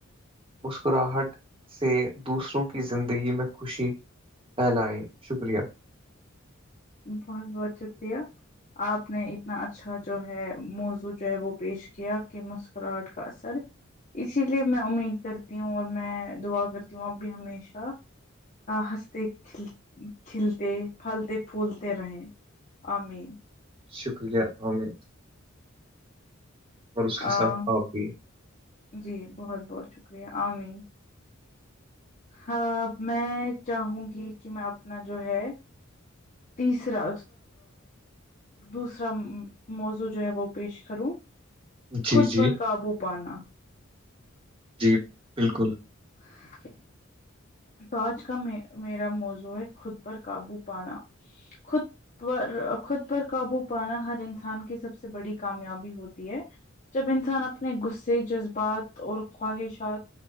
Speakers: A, on the right; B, on the left.
A: مسکراہٹ سے دوسروں کی زندگی میں خوشی پھیلائے شکریہ
B: بہت بہت شکریہ آپ نے اتنا اچھا جو ہے موضوع جو ہے وہ پیش کیا کہ مسکراہٹ کا اثر اسی لیے میں امید کرتی ہوں اور میں دعا کرتی ہوں اب بھی ہمیشہ ہنستے کل کھلتے پھلتے پولتے رہیں امین
A: شکریہ عامد اور اس کے
B: آ
A: ساتھ آپ بھی
B: جی بہت بہت شکریہ عامر ہاں میں چاہوں گی کہ میں اپنا جو ہے تیسرا دوسرا موضوع جو ہے وہ پیش کروں
A: جی
B: خود
A: جی
B: پر قابو پانا
A: جی بالکل
B: <inaudible> تو آج کا میرا موزو ہے خود پر قابو پانا خود پر خود پر قابو پانا ہر انسان کی سب سے بڑی کامیابی ہوتی ہے جب انسان اپنے غصے جذبات اور خواہشات